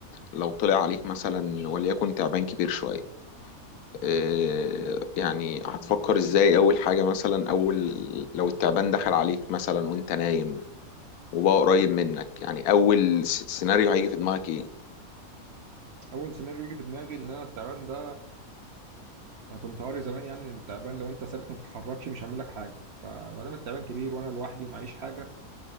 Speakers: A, on the left (about 85°); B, on the right (about 60°).
A: لو طلع عليك مثلا وليكن تعبان كبير شوية إيه، يعني هتفكر ازاي اول حاجة مثلا اول لو التعبان دخل عليك مثلا وانت نايم وبقى قريب منك يعني اول س- سيناريو هيجي في دماغك ايه
B: أول سيناريو يجي في دماغي إن أنا التعبان ده انا كنت قاري زمان يعني ان التعبان لو انت ثابت ما بتتحركش مش هعمل لك حاجه فما دام التعبان كبير وانا لوحدي ومعيش حاجه